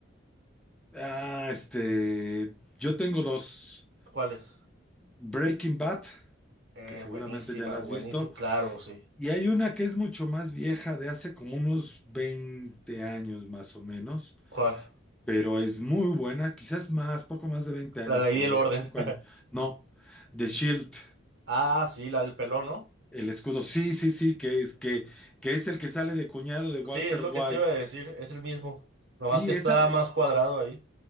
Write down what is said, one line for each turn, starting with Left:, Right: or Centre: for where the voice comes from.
Centre: Ah, este, yo tengo dos.
Right: ¿Cuál es?
Centre: Breaking Bad,
Right: Eh,
Centre: que seguramente
Right: buenísima,
Centre: ya la
Right: buenísima,
Centre: has visto,
Right: claro, sí.
Centre: y hay una que es mucho más vieja, de hace como unos 20 años más o menos,
Right: Joder,
Centre: pero es muy buena, quizás más, poco más de 20 años,
Right: la ley
Centre: como
Right: del
Centre: 25
Right: orden. <laughs>
Centre: años. No, The Shield,
Right: Ah, sí, la del pelón, ¿no?
Centre: el escudo, sí, sí, sí, que es, que, que es el que sale de cuñado de Walter
Right: Sí, es lo
Centre: White.
Right: que te iba a decir, es el mismo. Nomás
Centre: Sí,
Right: que está
Centre: esa,
Right: más
Centre: eh,
Right: cuadrado ahí.